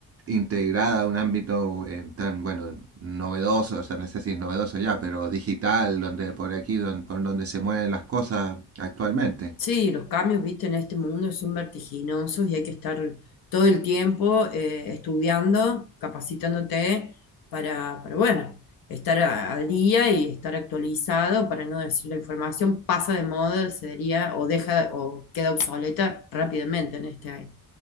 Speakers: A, on the right; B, on the left.
A: integrada a un ámbito eh, tan, bueno, novedoso, o sea, no sé si es novedoso ya, pero digital, donde por aquí, don- por donde se mueven las cosas actualmente.
B: Sí, los cambios, viste, en este mundo son vertiginosos y hay que estar todo el tiempo eh, estudiando, capacitándote para, para, bueno, estar a- al día y estar actualizado para no decir la información pasa de moda, se diría, o deja o queda obsoleta rápidamente en este,